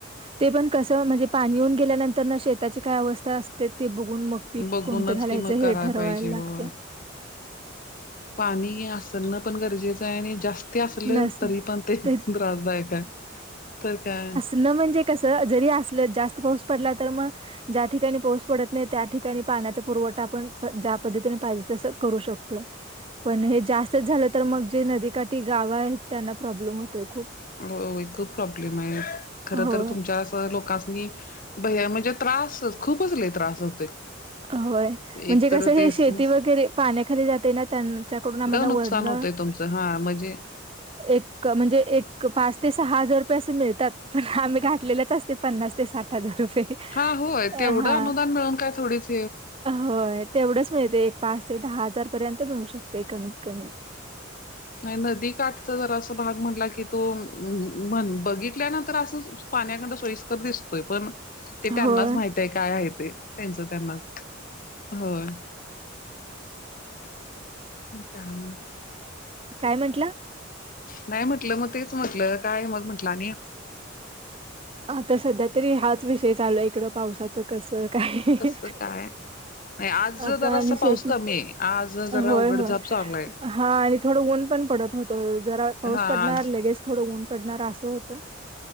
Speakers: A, on the right; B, on the left.
A: ते पण कस म्हणजे पाणी येऊन गेल्यानं तरणं शेताची काय अवस्था असते ते बघून मग पीक
B: बघूनच
A: कोणतें घालायचं
B: कि मग करायला
A: हे ठरवायला
B: पाहिजे
A: लागते
B: हो पाणी असणं पण गरजेचं आहे आणि जास्त स्ती असल
A: नसणं
B: तरी पण ते
A: तरी
B: त्रासदायक हाय तर काय
A: न म्हणजे कस जरी असलं जास्त पाऊस पडला तर मग ज्या ठिकाणी पाऊस पडत नाही त्या ठिकाणी पाण्याचा पुरवठा आपण ज्या पद्धतीने पाहिजे तसं करू शकतोय. पण हे जास्तच झालं तर मग जे नदीकाठी गावं आहेत त्यांना प्रॉब्लेम होतोय खूप.
B: होय होय खूप प्रॉब्लेम हाय खर
A: हो
B: तर तुमच्या लोकांस्नी हे म्हणजे त्रास खूपच लई त्रास होतोय
A: होय म्हणजे
B: एक तर
A: कसं
B: ते
A: हे
B: सगळं
A: शेती वगैरे पाण्याखाली जाते ना त्यांच्याकडून आम्हाला
B: नुकसान
A: वरनं
B: होतय तुमचं हा म्हणजे
A: एक म्हणजे एक पाच ते सहा हजार रुपये असं मिळतात पण आम्ही घातलेलच असत ते पन्नास ते साठ हजार रुपये
B: हा होय
A: अ
B: तेवढं
A: हा.
B: अनुदान मिळून काय थोडीचं
A: होय तेवढंच मिळते एक पाच ते दहा हजार पर्यंत मिळू शकतय कमीत कमी
B: नाही नदीकाठचा जरासं भाग म्हणला की तो म्ह बघितल्यानंतर असं पाण्याकडनं सोयीस्कर दिसतोय पण ते त्यांनाच
A: होय
B: माहित आहे काय आहे ते त्यांचं त्यांनाच होय काम
A: काय म्हटला?
B: नाही म्हटलं, मग तेच म्हटलं काय मग म्हटलं आणि?
A: आता सध्या तरी हाच विषय चालू आहे, इकडं पावसाचं कसं काय?
B: कसं काय नाही आज
A: आता
B: जरासा
A: आणि शेती.
B: पाऊस कमी आहे आज जरा
A: होय,
B: उघडझाप
A: होय
B: चालू आहे.
A: हा आणि थोडं ऊन पण पडत होत. जरा पाऊस
B: हा
A: पडणार,
B: आज
A: लगेच थोडं ऊन पडणार, असं होतं.